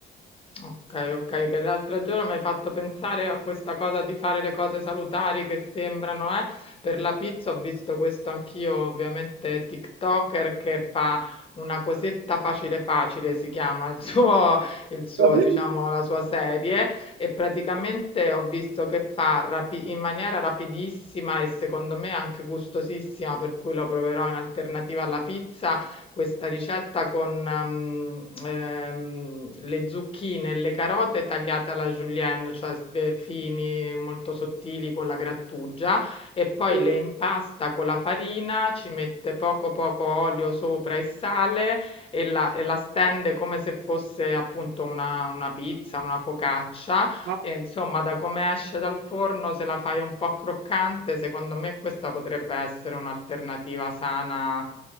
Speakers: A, on the left; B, on the right.
A: Ok, ok, che l'altro giorno mi hai fatto pensare a questa cosa di fare le cose salutari che sembrano, eh? Per la pizza ho visto questo anch'io, ovviamente TikToker che fa una cosetta facile facile, si chiama il suo, il suo,
B: Basta.
A: diciamo, la sua serie e praticamente ho visto che fa rapi- in maniera rapidissima e secondo me anche gustosissima, per cui lo proverò in alternativa alla pizza questa ricetta con, mhmm, ehm, le zucchine e le carote tagliate alla julienne, cioè s ehm, fini, molto sottili con la grattugia e poi
B: sì,
A: le impasta con la farina, ci mette poco, poco olio sopra e sale e la e la stende come se fosse appunto una una pizza, una focaccia
B: ma-
A: e insomma da come esce dal forno, se la fai un po' croccante, secondo me questa potrebbe essere un'alternativa sana